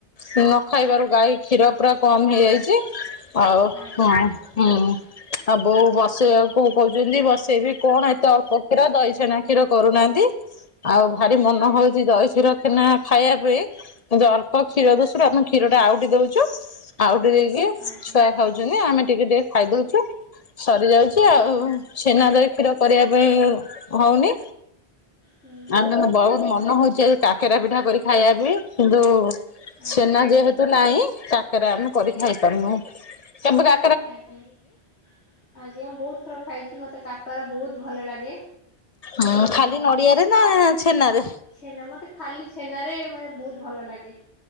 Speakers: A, on the left (about 45°); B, on the left (about 80°).
A: ନ ଖାଇବାରୁ ଗାଈ କ୍ଷୀର ପୁରା କମ୍ ହେଇଯାଇଚି। ଆଉ
B: ଆଜ୍ଞା
A: ହଁ ହୁଁ ଆଉ ବୋଉ ବସେଇବାକୁ କହୁଚନ୍ତି ବସେଇବି। କଣ ଏତେ ଅଳ୍ପ କ୍ଷୀର ଦହିଛେନା କ୍ଷୀର କରୁନାହାନ୍ତି, ଆଉ
B: ଆଜ୍ଞା
A: ଭାରି ମନ ହଉଚି ଦହି କ୍ଷୀର ଛେନା ଖାଇବା ପାଇଁ କିନ୍ତୁ ଅଳ୍ପ କ୍ଷୀର <unintelligible> ଆମେ କ୍ଷୀରଟା ଆଉଟି ଦଉ ଚୁ, ଆଉଟି ଦେଇକି
B: ଆଜ୍ଞା
A: ଛୁଆ ଖାଉଚନ୍ତି ଆମେ ଟିକେ-ଟିକେ ଖାଇଦଉଚୁ। ସରିଯାଉଚି
B: ଆଜ୍ଞା।
A: ଆଉ ଛେନା, ଦହି, କ୍ଷୀର କରିବା ପାଇଁ ହଉନି।
B: ହୁଁ ହୁଁ
A: ଆଉ କିନ୍ତୁ ବହୁତ୍ ମନ ହଉଚି ଆଜି କାକେରା ପିଠା କରି ଖାଇଆ ପେଇଁ କିନ୍ତୁ
B: ଆଜ୍ଞା
A: ଛନା ଯେହେତୁ ନାହିଁ କାକେରା ଆମେ କରି ଖାଇପାରୁନୁ, କେବେ କା
B: ଆଜ୍ଞା-ଆଜ୍ଞା ବହୁତ୍ ଥର ଖାଇଚି, ମତେ କା କରା ବହୁତ୍ ଭଲ ଲାଗେ,
A: ହଁ
B: ଆଉ
A: ଖାଲି ନଡିଆରେ ନା ଛେନାରେ?
B: ଛେନା ମତେ ଖାଲି ଛେନାରେ ମାନେ ବହୁତ୍ ଭଲ ଲାଗେ।